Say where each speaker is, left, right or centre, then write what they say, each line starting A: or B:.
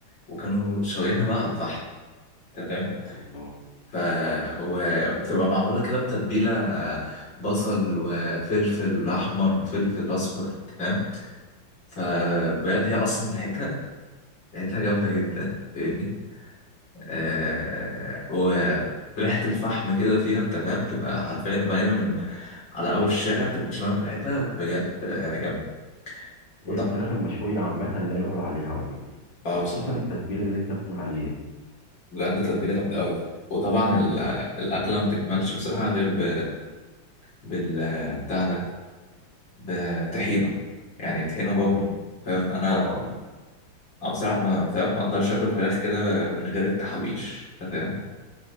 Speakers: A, on the left; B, on the left.
A: وكانوا شوينها بقى على الفحم تمام
B: الله
A: ف وبتبقى معمولة كده بتتبيلة بصل وفلفل أحمر وفلفل أصفر تمام فبجد هي أصلا ريحتها ريحتها جامدة جدا فاهمني آه... وريحة الفحم كده فيها أنت فاهم تبقى حرفيا باينة من على أول الشارع تبقى شامم ريحتها بجد آه، جامدة
B: هي
A: وطب
B: الفراخ المشويه عامه لا يعلى عليها على فكره
A: اه
B: وخصوصا
A: بصراحة
B: التتبيله اللي انت بتقول عليها دي
A: بجد تتبيلة جامدة أوي وطبعا ال- الأكلة ما بتكملش بصراحة غير ب... بال بتاع ده بطحينة يعني طحينة بابا
B: اه
A: فاهم أنا
B: طبعا
A: أنا بصراحة ما فاهم ما أقدرش آكل فراخ كده من غير التحابيش أنت فاهم